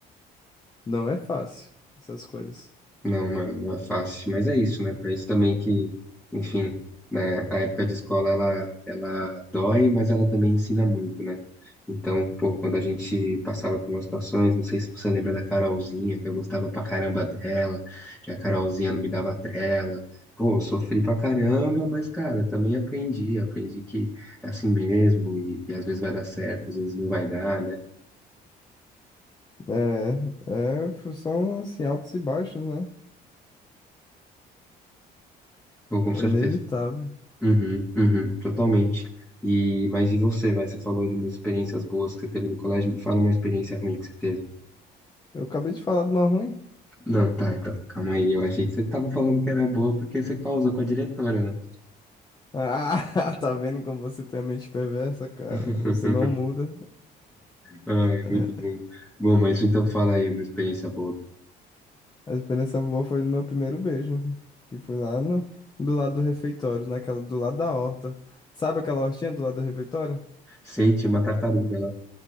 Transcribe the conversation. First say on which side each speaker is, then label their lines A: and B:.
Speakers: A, on the left; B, in the centre.
A: Não é fácil, essas coisas.
B: Não, mano, não é fácil, mas é isso, né? Pra isso também que, enfim, né, a época de escola ela ela dói, mas ela também ensina muito, né? Então, pô, quando a gente passava por umas situações, não sei se você lembra da Carolzinha, que eu gostava pra caramba dela, e a Carolzinha não me dava trela. Pô, eu sofri pra caramba, mas, cara, também aprendi, aprendi que é assim mesmo, e, e às vezes vai dar certo, às vezes não vai dar, né?
A: É, é, são assim, altos e baixos, né?
B: Pô, com certeza.
A: É inevitável.
B: Uhum, uhum, totalmente. E, mas e você, vai? Você falou de umas experiências boas que você teve no colégio, me fala uma experiência ruim que você teve.
A: Eu acabei de falar de uma ruim.
B: Não, tá, então, calma aí. Eu achei que você tava falando que era boa porque você causou com a diretora, né?
A: Ah, <laughs> tá vendo como você tem a mente perversa, cara?
B: <laughs>
A: Você não muda.
B: Ai,
A: É,
B: muito bom. Bom, mas então fala aí uma experiência boa.
A: A experiência boa foi no meu primeiro beijo, que foi lá no, do lado do refeitório, naquela do lado da horta. Sabe aquela hortinha do lado do refeitório?
B: Sei, tinha uma tartaruga lá,